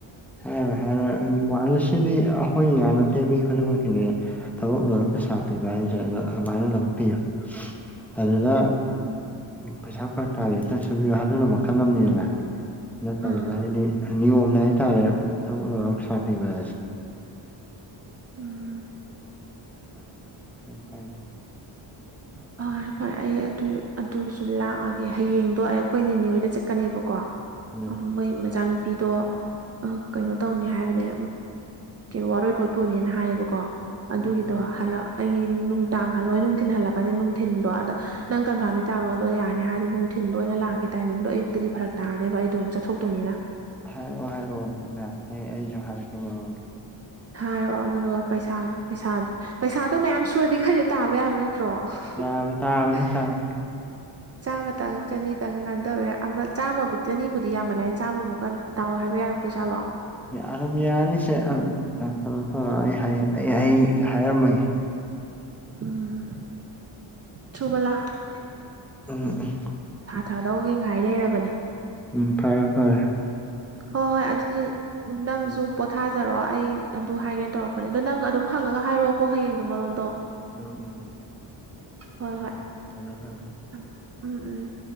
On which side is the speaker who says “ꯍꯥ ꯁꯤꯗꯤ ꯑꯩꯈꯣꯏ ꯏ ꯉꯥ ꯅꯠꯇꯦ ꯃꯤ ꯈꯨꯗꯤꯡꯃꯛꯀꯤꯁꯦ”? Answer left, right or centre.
Centre